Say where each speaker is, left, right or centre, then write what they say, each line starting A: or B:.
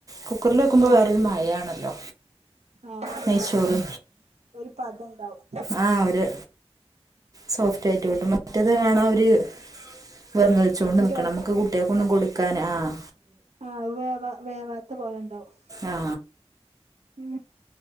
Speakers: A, on the right (about 35°); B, on the right (about 85°).
A: കുക്കറില് വെക്കുമ്പൊ
B: തന്നെ
A: വേറൊരു മയാണല്ലോ
B: ആഹ്
A: നെയ്ച്ചോറ്
B: ഒരു പതണ്ടാവും
A: ആഹ് ഒര് സോഫ്റ്റ് ആയിട്ട് കിട്ടും മറ്റത് കാണ ഒര് വെർങ്ങലിചോണ്ട്
B: ഒരു
A: നിക്കണ്
B: ഒറ
A: നമ്മക്ക് കുട്ട്യോൾക്കൊന്നു കൊടുക്കാന് ആഹ്
B: ആത് വേവാ വേവാത്ത പോലെണ്ടാവും
A: ആ
B: ഉം